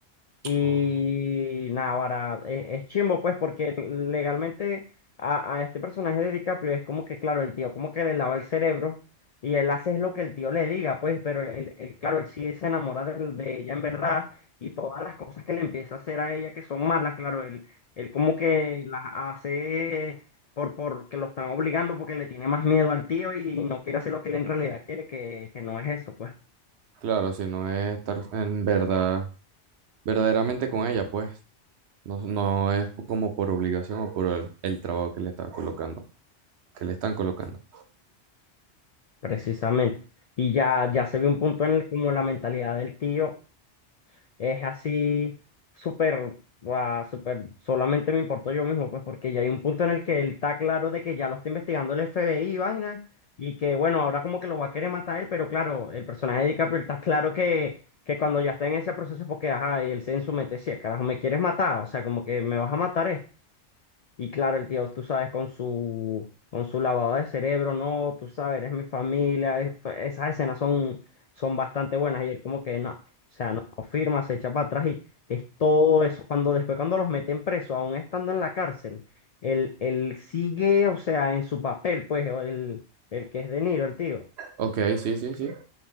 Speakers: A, on the left; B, on the right.
A: Y
B: Oh,
A: nada, ahora e- es, chimbo, pues, porque legalmente a, a este personaje de DiCaprio es como que, claro, el tío como que le lava el cerebro y él hace es lo que el tío le diga, pues, pero él, él- claro, él sí se enamora de, de ella en verdad y todas las cosas que le empieza a hacer a ella que son malas, claro, él, él como que las hace por, porque lo están obligando, porque le tiene más miedo al tío y no quiere hacer lo que él en realidad quiere, que, que no es eso, pues.
B: claro, si no es estar en verdad, verdaderamente con ella, pues. No, no es como por obligación o por el, el trabajo que le está colocando, que le están colocando.
A: Precisamente. Y ya, ya se ve un punto en el como la mentalidad del tío es así súper, guau, súper, solamente me importo yo mismo, pues porque ya hay un punto en el que él está claro de que ya lo está investigando el FBI y vaina, y que bueno, ahora como que lo va a querer matar él, pero claro, el personaje de DiCaprio está claro que, que cuando ya está en ese proceso, es porque ajá, y él se en su mente decía, carajo, me quieres matar, o sea, como que me vas a matar, eh. Y claro, el tío, tú sabes, con su, con su lavado de cerebro, no, tú sabes, eres mi familia. es- pues, esas escenas son, son bastante buenas. Y él como que no, o sea, no, no firma, se echa para atrás y es todo eso. Cuando después cuando los meten preso, aún estando en la cárcel, él, él sigue, o sea, en su papel, pues, o el, el que es De Niro, el tío.
B: Ok, sí, sí, sí.